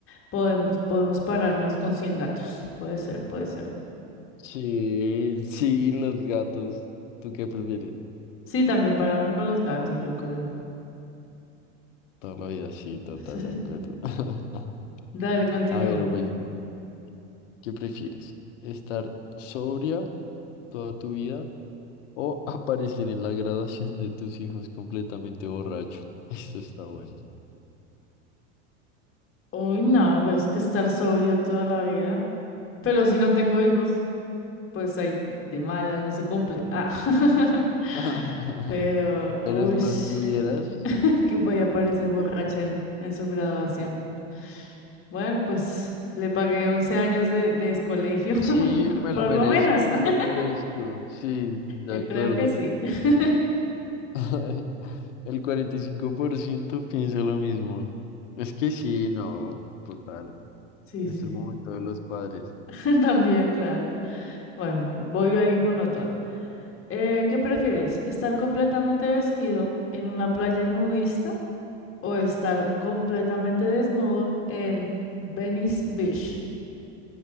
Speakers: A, on the left; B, on the left.
A: podemos, podemos pararnos con 100 gatos. Puede ser, puede ser.
B: Sí, sí, los gatos. ¿Tú qué prefieres?
A: Sí, también pararme con los gatos, yo creo.
B: Toda la vida, sí, total,
A: <laughs>
B: de acuerdo. <laughs>
A: Dale, continúa.
B: A ver, voy yo. ¿Qué prefieres? ¿Estar sobria toda tu vida O aparecer en la graduación de tus hijos completamente borracho. <laughs> Eso está bueno.
A: Uy, no, pero es que estar sobrio toda la vida. Pero si no tengo hijos, pues ahí de malas no se cumple. Ah. <laughs>
B: <laughs>
A: Pero, uy,
B: Pero si los tuvieras,
A: <laughs> que voy a parecer borracha en, en su graduación. Bueno, pues le pagué 11 años de, de colegio, <laughs>
B: sí, me
A: por
B: lo merezco,
A: lo menos.
B: me
A: <laughs>
B: lo merezco. Sí, de
A: Yo
B: acuerdo.
A: creo que sí. <laughs>
B: <laughs> El 45% piensa lo mismo. Es que sí, no, total.
A: Sí,
B: Es
A: sí,
B: el
A: sí.
B: momento de los padres.
A: <laughs> También, claro. Bueno, voy ahí con otra. Eh, ¿qué prefieres? ¿Estar completamente vestido en una playa nudista? o estar completamente desnudo en Venice Beach.